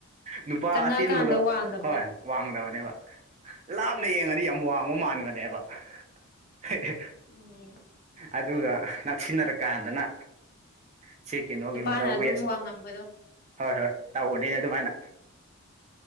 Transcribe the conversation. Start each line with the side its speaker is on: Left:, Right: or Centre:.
Right: ꯅꯨꯄꯥ
Left: ꯆꯪꯉꯛꯀꯥꯟꯗ
Right: ꯑꯇꯤꯟꯕꯒ
Left: ꯋꯥꯡꯗꯕꯗꯣ
Right: ꯍꯣꯏ ꯋꯥꯡꯗꯕꯅꯦꯕ ꯂꯥꯞꯅ ꯌꯦꯡꯉꯗꯤ ꯌꯥꯝ ꯋꯥꯡꯕ ꯃꯥꯟꯕꯅꯦꯕ ꯑ ꯍꯩꯍꯩ
Left: ꯎꯝ
Right: ꯑꯗꯨꯒ ꯅꯛꯁꯤꯟꯅꯔ ꯀꯥꯟꯗꯅ ꯁꯤ ꯀꯩꯅꯣ
Left: ꯅꯨꯄꯥꯅ
Right: ꯒꯨꯝꯕꯗ ꯋꯦꯁ
Left: ꯑꯗꯨꯝ ꯋꯥꯡꯉꯝꯕꯗꯣ
Right: ꯍꯣꯏ ꯍꯣꯏ ꯇꯧꯕꯅꯤꯅꯦ ꯑꯗꯨꯃꯥꯏꯅ